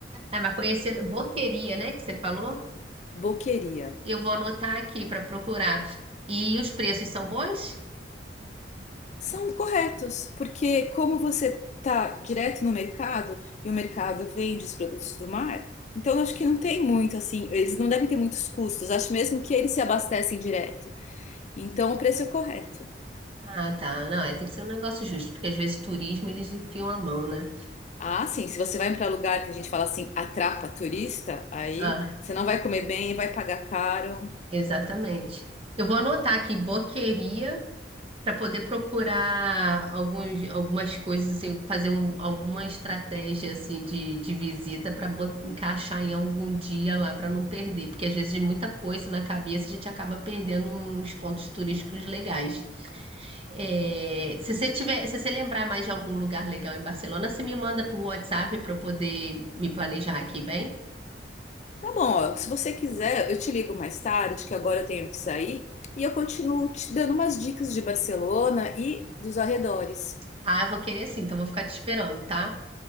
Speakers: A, on the right (about 35°); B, on the left (about 40°).
A: Ah, mas foi esse boteria, né, que você falou?
B: Boqueria.
A: Eu vou anotar aqui para procurar. E os preços são bons?
B: São corretos, porque como você tá direto no mercado e o mercado vende os produtos do mar, então eu acho que não tem muito assim, eles não devem ter muitos custos. Acho mesmo que eles se abastecem direto. Então o preço é correto.
A: Ah, tá. Não, é, tem que ser um negócio justo, porque às vezes turismo eles enfiam a mão, né?
B: Ah, sim, se você vai para lugar que a gente fala assim, atrapa turista, aí
A: Ah,
B: você não vai comer bem, vai pagar caro.
A: exatamente. Eu vou anotar aqui boqueria para poder procurar alguns, algumas coisas, assim, fazer um- alguma estratégia assim de, de visita para encaixar em algum dia lá para não perder, porque às vezes de muita coisa na cabeça a gente acaba perdendo uns pontos turísticos legais. É, se você tiver, se você lembrar mais de algum lugar legal em Barcelona, você me manda por WhatsApp para eu poder me planejar aqui, bem?
B: Tá bom, ó, se você quiser, eu te ligo mais tarde, que agora eu tenho que sair, e eu continuo te dando umas dicas de Barcelona e dos arredores.
A: Ah, eu vou querer sim, então vou ficar te esperando, tá?